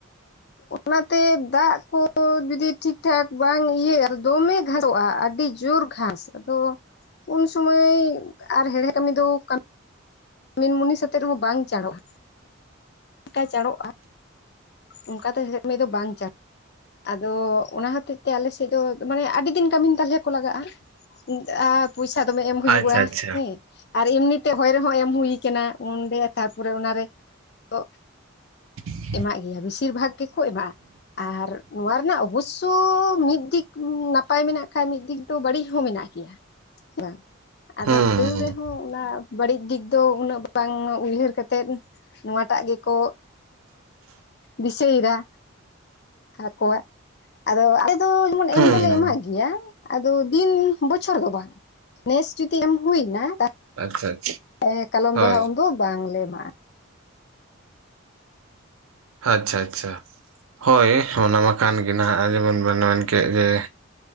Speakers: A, on the left; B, on the right.
A: ᱚᱱᱟᱛᱮ ᱫᱟᱜ ᱠᱚ ᱡᱩᱫᱤ ᱴᱷᱤᱠ ᱴᱷᱟᱠ ᱵᱟᱝ ᱤᱭᱟᱹᱜᱼᱟ ᱫᱚᱢᱮ ᱜᱷᱟᱥᱚᱜᱼᱟ ᱟᱰᱤ ᱡᱳᱨ ᱜᱷᱟᱥ ᱟᱫᱚ ᱩᱱᱥᱩᱢᱟᱹᱭ ᱟᱨ ᱦᱮᱲᱦᱮ ᱠᱟᱹᱢᱤ ᱫᱚ ᱠᱟᱢ ᱢᱤᱱᱢᱩᱱᱤ ᱥᱟᱛᱮᱜ ᱨᱮᱦᱚᱸ ᱵᱟᱝ ᱪᱟᱬᱚᱜᱼᱟ᱾ ᱠᱟᱭ ᱪᱟᱨᱚᱜᱼᱟ ᱚᱝᱠᱟᱛᱮ ᱦᱮᱫ ᱢᱮᱫ ᱫᱚ ᱵᱟᱝ ᱪᱟᱨ ᱟᱫᱚ ᱚᱱᱟ ᱦᱚᱛᱮᱡ ᱛᱮ ᱟᱞᱮᱥᱮᱫ ᱫᱚ ᱢᱟᱱᱮ ᱟᱹᱰᱤ ᱫᱤᱱ ᱠᱟᱹᱢᱤᱱ ᱛᱟᱞᱦᱮ ᱠᱚ ᱞᱟᱜᱟᱜᱼᱟ᱾ ᱩᱸᱫ ᱟ ᱯᱚᱭᱥᱟ ᱫᱚᱢᱮ ᱮᱢ ᱦᱩᱭᱩᱜᱼᱟ
B: ᱟᱪᱪᱷᱟ ᱟᱪᱪᱷᱟ
A: ᱦᱮᱸ᱾ ᱟᱨ ᱮᱢᱱᱤᱛᱮ ᱦᱚᱭ ᱨᱮᱦᱚᱸ ᱮᱢ ᱦᱩᱭ ᱠᱟᱱᱟ ᱩᱸᱰᱮ ᱛᱟᱨᱯᱚᱨᱮ ᱚᱱᱟᱨᱮ ᱛᱚᱜ
B: <inaudible>
A: ᱮᱢᱟᱜ ᱜᱮᱭᱟ ᱵᱮᱥᱤᱨ ᱵᱷᱟᱜᱽ ᱜᱮᱠᱚ ᱮᱢᱟᱜᱼᱟ ᱟᱨ ᱱᱚᱣᱟ ᱨᱮᱱᱟᱜ ᱚᱵᱚᱥᱥᱚ ᱢᱤᱫ ᱫᱤᱠ ᱠᱩ ᱱᱟᱯᱟᱭ ᱢᱮᱱᱟᱜ ᱠᱷᱟᱡ ᱢᱤᱫ ᱫᱤᱠ ᱫᱚ ᱵᱟᱹᱲᱤᱡ ᱦᱚᱸ ᱢᱮᱱᱟᱜ ᱜᱮᱭᱟ ᱵᱟᱝ? ᱟᱫᱚ
B: ᱦᱩᱸ
A: ᱛᱟᱹᱣ ᱨᱮᱦᱚᱸ ᱚᱱᱟ ᱵᱟᱹᱲᱤᱡ ᱫᱤᱠ ᱫᱚ ᱩᱱᱟᱹᱜ ᱵᱟᱝ ᱩᱭᱦᱟᱹᱨ ᱠᱟᱛᱮᱱ ᱱᱚᱣᱟᱴᱟᱜ ᱜᱮᱠᱚ ᱫᱤᱥᱟᱹᱭ ᱫᱟ ᱟᱠᱚᱣᱟᱜ ᱟᱫᱚ ᱟ ᱫᱚ ᱡᱮᱢᱚᱱ ᱮᱢ
B: ᱦᱩᱸ
A: ᱫᱚᱞᱮ ᱮᱢᱟᱜ ᱜᱤᱭᱟ ᱟᱫᱚ ᱫᱤᱱ ᱵᱚᱪᱷᱚᱨ ᱫᱚ ᱵᱟᱝ ᱱᱮᱥ ᱡᱩᱫᱤ ᱮᱢ ᱦᱩᱭᱱᱟ ᱛᱟᱦ
B: ᱟᱪᱪᱷᱟ ᱟᱪᱪᱷᱟ
A: ᱮᱸ ᱠᱟᱞᱚᱢ
B: ᱦᱳᱭ
A: ᱫᱚ ᱦᱟᱸᱜ ᱩᱱᱫᱚ ᱵᱟᱝᱞᱮ ᱮᱢᱟᱜᱼᱟ᱾
B: ᱟᱪᱪᱷᱟ ᱟᱪᱪᱷᱟ ᱦᱳᱭ ᱚᱱᱟ ᱢᱟ ᱠᱟᱱ ᱜᱮ ᱱᱟᱦᱟᱸᱜ ᱟ ᱡᱮᱢᱚᱱ ᱵᱮᱱ ᱢᱮᱱ ᱠᱮᱫ ᱡᱮ